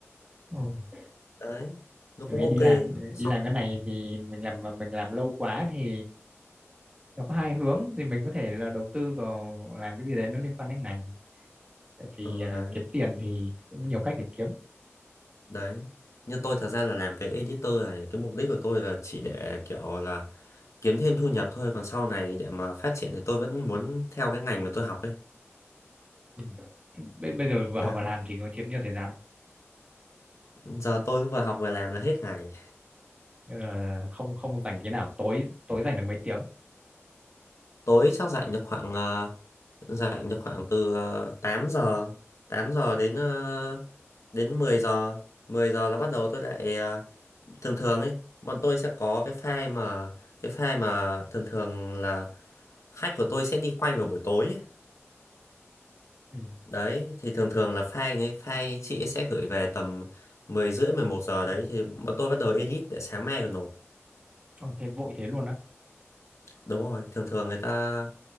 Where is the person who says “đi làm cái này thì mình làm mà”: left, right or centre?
Right